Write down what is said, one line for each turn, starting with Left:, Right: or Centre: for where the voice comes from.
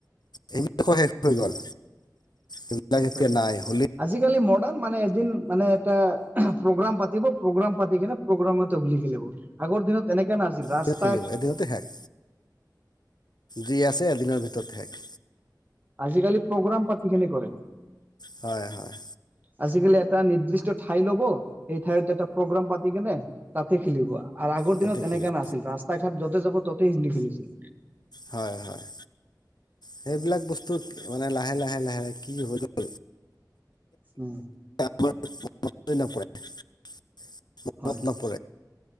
Left: এইবিলাকো শেষ হৈ গ'ল। এইবিলাক
Right: শেষ
Left: এতিয়া
Right: হৈ গ'ল।
Left: নাই হোলী
Right: আজিকালি মডাৰ্ণ মানে এদিন মানে। এটা প্ৰগ্ৰাম পাতিব। প্ৰগ্ৰাম পাতি কিনে প্ৰগ্ৰামতে হোলী খেলিব আগৰ দিনত তেনেকে। নাছিল ৰাস্তা।
Left: দিনত খেলিব এদিনতে শেষ যি আছে এদিনৰ ভিতৰত শেষ।
Right: আজিকালি প্ৰগ্ৰাম পাতি কিনে কৰে।
Left: হয়, হয়।
Right: আজিকালি এটা নিৰ্দিষ্ট ঠাই ল'ব। এই ঠাইত এটা প্ৰগ্ৰাম পাতি কেনে তাতে খেলিব। আৰু আগৰ
Left: তাতে
Right: দিনত
Left: খেলিব
Right: এনেকা নাছিল ৰাস্তা ঘাট য'তে যাব। ততেই হোলী খেলিছিল।
Left: হয় হয় সেইবিলাক বস্তু মানে লাহে লাহে লাহে কি হৈ গ'ল।
Right: উম।
Left: প্ৰভাৱেই নপৰে। প্ৰভাৱ
Right: হয়
Left: নপৰে।